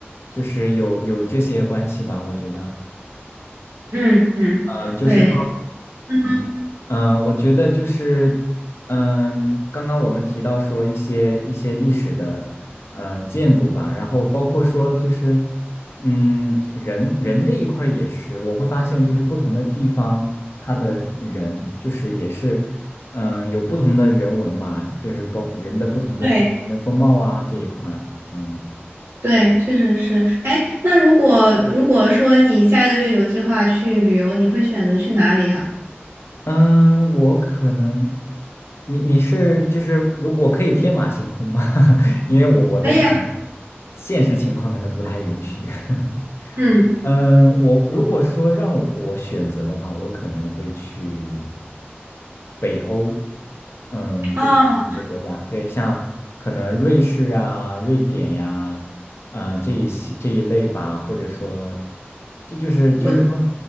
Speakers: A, on the left; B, on the right.
A: 就是有有这些关系吧，我觉得，
B: 嗯嗯，
A: 嗯，就是。
B: 对。嗯
A: 嗯，呃我觉得就是，嗯，刚刚我们提到说一些一些历史的，呃，建筑吧，然后包括说就是，嗯，人人这一块儿也是，我会发现就是不同的地方，它的人就是也是，嗯，有不同的人文吧，就是包人的不同的人风貌啊这一块儿，
B: 对。<laughs>
A: 嗯
B: 对，确实是。哎，那如果如果说你下个月有计划去旅游，你会选择去哪里啊？
A: 嗯，我可能，你你是就是如我可以天马行空吗？<laughs> 因为我我的可能
B: 可以啊，
A: 现实情况可能不太允许。<laughs>
B: 嗯，
A: 嗯，我如果说让我选择的话，我可能会去北欧，嗯，
B: 啊，
A: 就是一些国家，对，像可能瑞士啊、瑞典呀、嗯、这一些这一类吧，或者说，这就是就是说
B: 我，